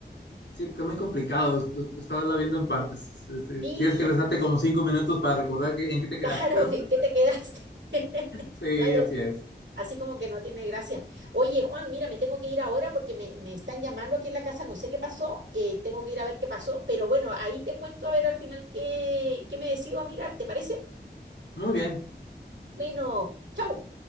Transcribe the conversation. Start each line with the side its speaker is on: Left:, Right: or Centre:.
Left: sí, porque es muy complicado. es- es- Estarla viendo en partes. Este,
Right: Y
Left: Tienes que rezarte como cinco minutos para recordar que-
Right: <laughs>
Left: en qué te quedaste.
Right: claro,
Left: <laughs>
Right: ¿en qué te quedaste? <laughs>
Left: Sí,
Right: No, y así
Left: así es.
Right: Así como que no tiene gracia. Oye, Juan, mira, me tengo que ir ahora porque me, me están llamando aquí en la casa, no sé qué pasó, eh, tengo que ir a ver qué pasó, pero bueno, ahí te cuento a ver al final qué, qué me decido a mirar, ¿te parece?
Left: Muy bien.
Right: Bueno, chau.